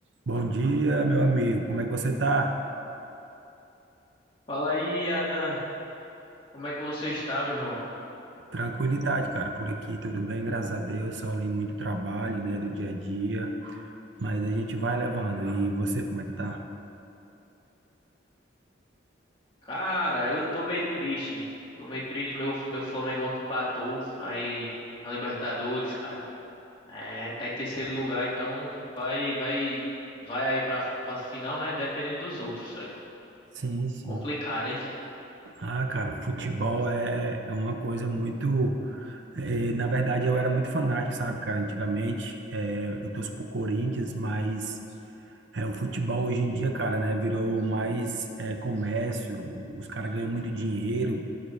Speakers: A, on the right; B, on the left.
A: Bom dia, meu amigo. Como é que você tá?
B: Fala aí, Atan. Como é que você está, meu irmão?
A: Tranquilidade, cara. Por aqui tudo bem, graças a Deus. Só ali muito trabalho, né, do dia a dia, mas a gente vai levando. E você, como é que tá?
B: Cara, eu tô meio triste, meu irmão. Tô meio triste. Meu, meu Flamengo ontem empatou aí na Libertadores, cara. É, tá em terceiro lugar, então vai, vai, vai aí pra, pra final, né? Dependendo dos outros, velho.
A: Sim, sim.
B: Complicado, hein?
A: Ah, cara, futebol é, é uma coisa muito. eh, na verdade, eu era muito fanático, sabe, cara? Antigamente, eh, eu torço pro Corinthians, mas eh, o futebol hoje em dia, cara, né, virou mais eh, comércio. Os caras ganham muito dinheiro